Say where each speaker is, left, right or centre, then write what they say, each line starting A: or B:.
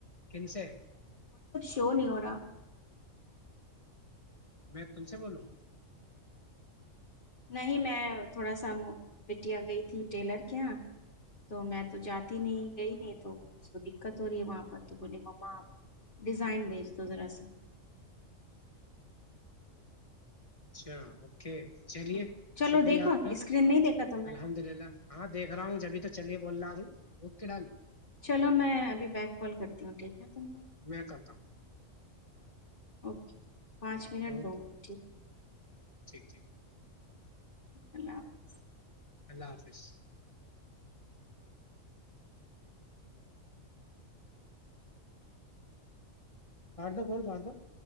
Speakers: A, on the left; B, on the left.
A: کن سے
B: کیوں نہیں ہو رہا
A: میں تم سے بولوں
B: نہیں میں تھوڑا سا بٹیا گئی تھی ٹیلر کے یہاں تو میں تو جاتی نہیں گئی نہیں تو اس کو دقت ہو رہی ہے وہاں پر تو بولے مما آپ ڈیزائن بھیج دو ذرا سا
A: اچھا چلیے
B: تو چلو
A: شکریہ
B: دیکھو
A: آپ کا
B: اسکرین نہیں دیکھا تم نے
A: الحمد للہ ہاں دیکھ رہا ہوں جبھی تک چلیے بول رہا ہوں وہک ڈال <unintelligible>
B: چلو میں ابھی بیک کال کرتی ہوں ٹھیک ہے تم کو
A: میں کرتا
B: اوکے <unintelligible> پانچ
A: ہوں
B: منٹ دو م ٹھیک ہے <unintelligible>
A: جی <inaudible>
B: اللہ حافظ
A: اللہ حافظ کٹ دو کون کا دو <inaudible>